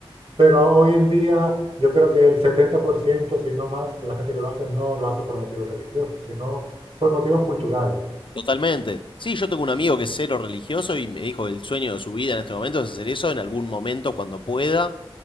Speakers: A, on the right (about 55°); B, on the left (about 55°).
A: Pero hoy en día yo creo que el 70%, si no más, de la gente que lo hace no lo hace por motivos religiosos, sino por motivos culturales.
B: Totalmente. Sí, yo tengo un amigo que es cero religioso y me dijo que el sueño de su vida en este momento es hacer eso en algún momento cuando pueda,